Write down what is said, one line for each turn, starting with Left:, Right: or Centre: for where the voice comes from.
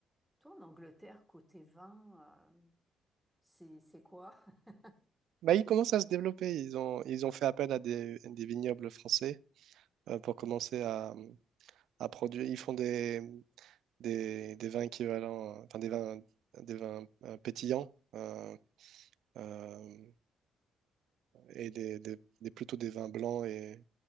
Centre: Toi, en Angleterre, côté vin, euh, c'est, c'est quoi? <laughs>
Right: Bah, ils commencent à se développer. Ils ont, ils ont fait appel à des, des vignobles français euh, pour commencer à, à produire. Ils font des, des, des vins équivalents, euh, enfin des vins, des vins euh, pétillants euh, euh, et des, des- des- plutôt des vins blancs et,